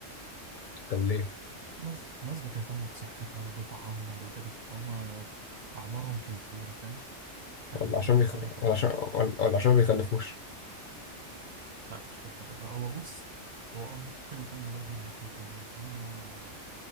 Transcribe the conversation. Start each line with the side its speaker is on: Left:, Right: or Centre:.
Left: طب ليه
Right: ناس ناس بتهتم بصحتها وبتعمر وكده فهم أعمارهم كبيرة فاهم؟ عشان
Left: ولا
Right: كده
Left: عشان بيخ...
Right: اتسمى تلقائي
Left: ولا عشان ولا ولا عشان ما بيخلفوش
Right: لا مش للدرجة هو بص هو اه ممكن يكون موضوع من ناحيتين ان هما